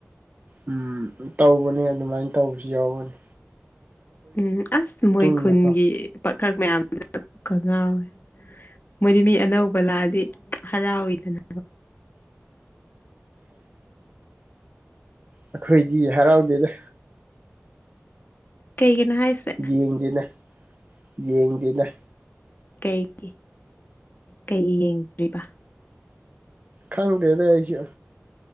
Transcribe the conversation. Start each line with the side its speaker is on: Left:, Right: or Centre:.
Right: ꯎꯝ ꯇꯧꯕꯅꯤ ꯑꯗꯨꯃꯥꯏꯅ ꯇꯧꯕꯁꯨ ꯌꯥꯎꯕꯅꯤ
Left: ꯎꯝ ꯑꯁ ꯃꯣꯏ ꯈꯨꯟꯒꯤ
Right: ꯏꯟꯅꯀꯣ
Left: ꯄꯥꯈꯛ ꯃꯌꯥꯝꯗꯨꯅ ꯀꯣꯛꯉꯥꯎꯋꯦ ꯃꯣꯏꯗꯤ ꯃꯤ ꯑꯅꯧꯕ ꯂꯥꯛꯑꯗꯤ ꯍꯔꯥꯎꯏꯗꯅ
Right: ꯑꯩꯈꯣꯏꯗꯤ ꯍꯔꯥꯎꯗꯦꯗ
Left: ꯀꯩꯒꯤꯅꯣ ꯍꯥꯏꯁꯦ
Right: ꯌꯦꯡꯗꯦꯅ ꯌꯦꯡꯗꯦꯅ
Left: ꯀꯩꯒꯤ ꯀꯩꯒꯤ ꯌꯦꯡꯗ꯭ꯔꯤꯕ
Right: ꯈꯪꯗꯦꯗ ꯑꯩꯁꯨ